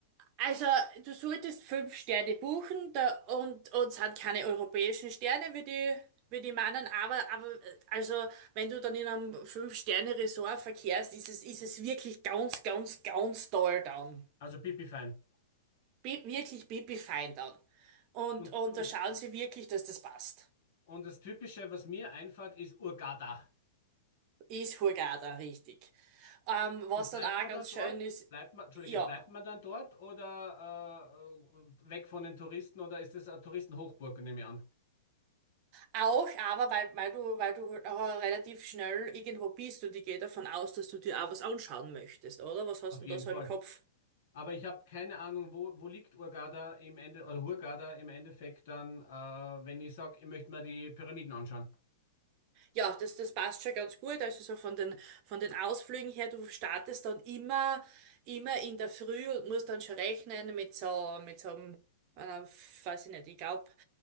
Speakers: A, on the right; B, on the left.
A: Also, du solltest fünf Sterne buchen da, und uns sind keine europäischen Sterne, wie die, wie die meinen, aber, aber äh, also, wenn du dann in einem Fünf-Sterne-Resort verkehrst, ist es, ist es wirklich ganz, ganz, ganz toll dann.
B: also pipi fein.
A: Bi wirklich pipi-fein dann. Und,
B: Und,
A: und
B: und,
A: da schauen sie wirklich, dass das passt.
B: und das Typische, was mir einfällt, ist Hurghada.
A: Ist Hurghada, richtig. Ähm, was
B: Und bleibt
A: dann auch
B: man
A: ganz
B: dann dort?
A: schön ist,
B: Bleibt man, Entschuldige,
A: ja.
B: bleibt man dann dort oder äh, weg von den Touristen oder ist es eine Touristenhochburg, nehme ich an?
A: Auch, aber weil, weil du, weil du halt auch relativ schnell irgendwo bist und ich gehe davon aus, dass du dir auch was anschauen möchtest, oder? Was hast
B: Auf
A: du denn
B: jeden
A: da so
B: Fall.
A: im Kopf?
B: Aber ich habe keine Ahnung, wo, wo liegt Hurghada im Ende oder Hurghada im Endeffekt dann, äh, wenn ich sage, ich möchte mir die Pyramiden anschauen.
A: Ja, das, das passt schon ganz gut. Also so von den, von den Ausflügen her, du startest dann immer, immer in der Früh und musst dann schon rechnen mit so, mit so einem, einer, weiß ich nicht, ich glaube,